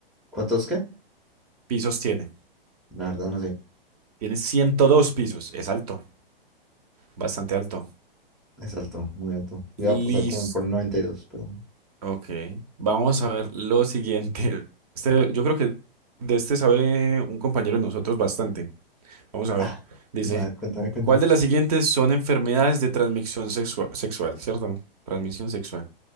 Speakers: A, in the centre; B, on the right.
A: ¿Cuántos qué?
B: Pisos tiene.
A: La verdad no sé.
B: Tiene 102 pisos. Es alto. Bastante alto.
A: Es alto, muy alto. Iba
B: Listo.
A: a pasar como por 92, pero... bueno.
B: Ok. Vamos a ver lo siguiente. <laughs> Este, yo creo que de este sabe un compañero de nosotros bastante. Vamos a ver.
A: Ah,
B: Dice,
A: va, a ver, cuéntame, cuéntame.
B: ¿cuál de las siguientes son enfermedades de transmisión sexua- sexual? ¿Cierto? Transmisión sexual.